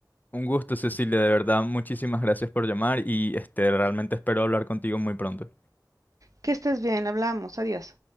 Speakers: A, on the left; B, on the right.
A: Un gusto, Cecilia, de verdad, muchísimas gracias por llamar y este, realmente espero hablar contigo muy pronto.
B: Que estés bien, hablamos, adiós.